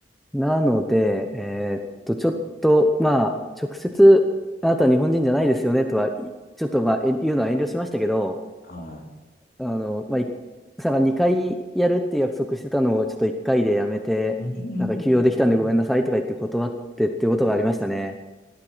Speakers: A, in the centre; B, on the left.
A: なので、えーっと、ちょっと、まあ、直接、あなたは日本人じゃないですよねとは、いちょっと、まあ、え言うのは遠慮しましたけど、
B: はい。
A: あの、まあ、いさん2回やるって約束してたのを、ちょっと1回でやめて、
B: <laughs>
A: なんか休養できたんでごめんなさいとか言って断ってっていうことがありましたね。